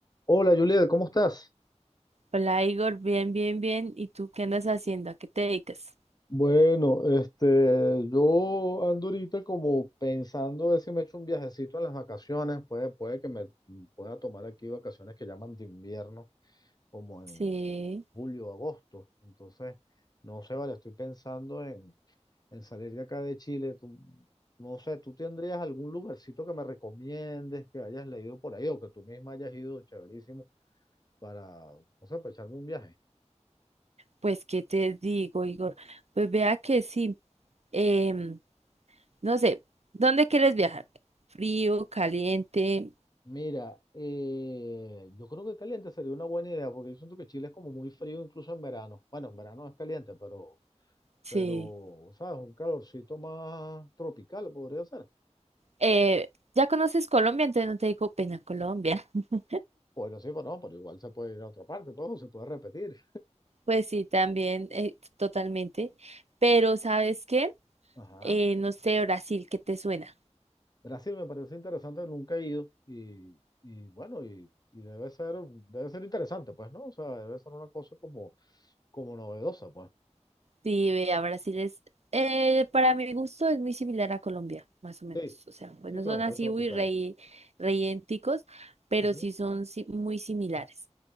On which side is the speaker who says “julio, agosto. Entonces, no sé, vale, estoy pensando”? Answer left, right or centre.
Left